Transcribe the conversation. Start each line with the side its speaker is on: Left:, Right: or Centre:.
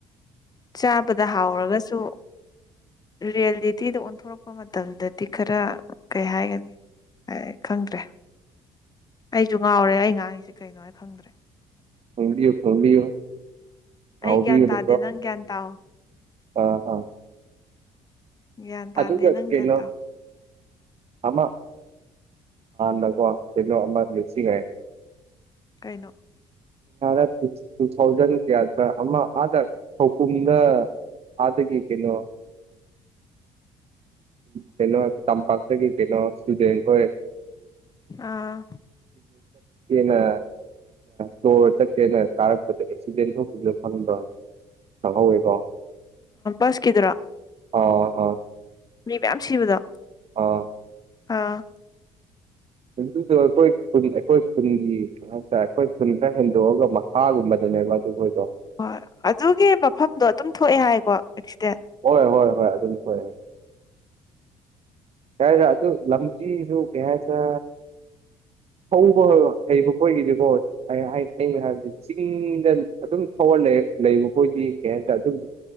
Left: ꯆꯥꯕꯗ ꯍꯥꯎꯔꯒꯁꯨ ꯔꯤꯌꯦꯂꯤꯇꯤꯗ ꯑꯣꯟꯊꯣꯔꯛꯄ ꯃꯇꯝꯗꯗꯤ ꯈꯔ ꯀꯩ ꯍꯥꯏꯒꯅꯤ ꯑꯩ ꯈꯪꯗ꯭ꯔꯦ ꯑꯩꯁꯨ ꯉꯥꯎꯔꯦ ꯑꯩ ꯉꯥꯡꯉꯤꯁꯤ ꯀꯩꯅꯣ ꯍꯥꯏ ꯈꯪꯗ꯭ꯔꯦ
Right: ꯍꯣꯡꯕꯤꯌ ꯐꯣꯡꯕꯤ ꯑꯥꯎꯕꯤꯀ
Left: ꯑꯩ ꯒ꯭ꯌꯥꯟ ꯇꯥꯗꯦ ꯅꯪ ꯒ꯭ꯌꯥꯟ ꯇꯥꯎ
Right: ꯑ ꯑꯥ
Left: ꯌꯥ꯭ꯟ ꯇꯗꯦ
Right: ꯑꯗꯨꯒ
Left: ꯅꯪ
Right: ꯀꯩꯅꯣ
Left: ꯀ ꯇ
Right: ꯑꯃ ꯅꯣ ꯄꯦꯂꯣ ꯑ ꯂꯁꯤꯒ
Left: ꯀꯩꯅꯣ
Right: ꯥ ꯇꯨ ꯊꯥꯎꯖꯟ ꯀꯌꯥꯗ ꯑꯃ ꯑꯥꯗ ꯊꯧꯄꯨꯝꯗ ꯑꯗꯒꯤ ꯀꯩꯅꯣ ꯀꯩꯅꯣ ꯇꯝꯄꯥꯛꯇꯒꯤ ꯀꯩꯅꯣ ꯁꯨꯖꯦꯟꯈꯣꯏ
Left: ꯑꯥ
Right: ꯦꯅ ꯀꯣꯔ ꯆꯠꯀꯦꯅ ꯇꯥꯔꯛꯄꯗ ꯑꯦꯛꯁꯤꯗꯦꯟ ꯊꯣꯛꯇꯁꯨ ꯐꯪꯗ꯭ꯔ ꯑ ꯍꯋꯦꯀꯣ
Left: ꯑ ꯁ ꯀ ꯑꯗꯨ꯭ꯔꯥ
Right: ꯑ ꯑ
Left: ꯃꯤ ꯃꯌꯥꯝ ꯁꯤꯕꯗꯣ
Right: ꯑꯥ
Left: ꯑꯥ
Right: ꯑꯗꯨꯗꯣ ꯑꯩꯈꯣꯏ ꯈꯨ ꯑꯩꯈꯣꯏ ꯈꯨꯟꯒꯤ ꯀꯩꯅꯣ ꯍꯥꯏꯔꯦ ꯑꯩꯈꯣꯏ ꯈꯨꯟ ꯈꯔ ꯍꯦꯟꯗꯣꯛꯑꯒ ꯃꯈꯥꯒꯨꯝꯕꯅꯦ ꯇ ꯍꯣꯏꯣ
Left: ꯍꯣꯏ ꯑꯗꯨꯒꯤ ꯃꯐꯝꯗꯣ ꯑꯗꯨꯝ ꯊꯣꯛꯑꯦ ꯍꯥꯏꯀꯣ ꯑꯦꯛꯁꯤꯗꯦꯟ
Right: ꯍꯣꯏ ꯍꯣꯏ ꯍꯣꯏ ꯑꯗꯨꯝ ꯍꯣꯏ ꯍꯣꯏ ꯌꯥ ꯑꯗꯨ ꯂꯝꯆ ꯁꯨ ꯀꯦꯁ
Left: ꯑꯟꯑꯣꯗꯤꯕꯜ
Right: ꯊꯧꯕ ꯍꯩꯕ ꯀꯣꯏꯒꯤꯗꯤꯀꯣ ꯑꯩꯅꯣ ꯍꯥꯏꯕꯗ ꯆꯤꯡꯗ ꯑꯗꯨꯝ ꯊꯧꯍꯜꯂꯛꯑꯦ ꯂꯩꯕ ꯑꯩꯣꯏꯗꯤ ꯀꯩ ꯍꯥꯏꯇꯥ ꯑꯗꯨꯝꯗꯤ